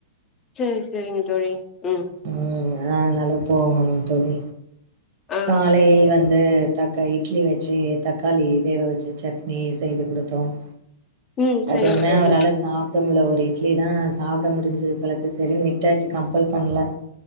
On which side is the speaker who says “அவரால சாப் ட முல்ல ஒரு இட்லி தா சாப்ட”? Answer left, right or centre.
Right